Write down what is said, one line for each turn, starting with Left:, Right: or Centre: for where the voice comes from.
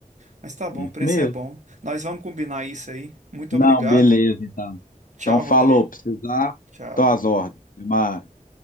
Right: Mas tá bom,
Left: Isso
Right: o preço
Left: mesmo.
Right: é bom. Nós vamos combinar isso aí. Muito
Left: Não,
Right: obrigado.
Left: beleza, então.
Right: Tchau,
Left: Então, falou,
Right: Rodrigo.
Left: precisar,
Right: Tchau.
Left: tô às ordens. Até mais.